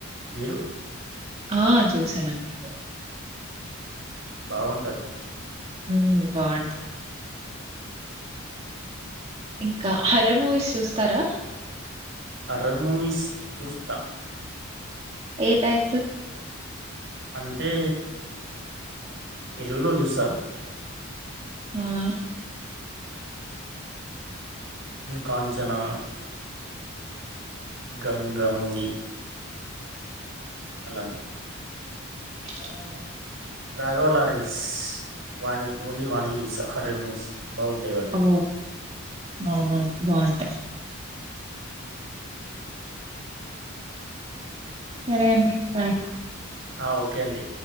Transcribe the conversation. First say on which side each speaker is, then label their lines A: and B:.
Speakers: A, on the right (about 60°); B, on the right (about 30°).
A: మీరు
B: ఆ చూసానండి
A: బాగుంటది
B: ఉ బావుంటది ఇంకా హరర్ మూవీస్ చూస్తారా
A: హర్రర్ మూవీస్ చూస్తా
B: ఏ టైపు
A: అంతే తెలుగులో చూసా
B: హ్మ్
A: కాంచనా గంగ మూవీ అలాంటి
B: అవును
A: రఘవ లారెన్స్ వాణే ఓన్లీ వాణియే చూస్త హరర్ మూస్ బాగుంటాయి వానివి
B: ఓ అవునవును బాగుంటాయ్ సరే అండి బాయ్
A: ఆ ఓకే అండి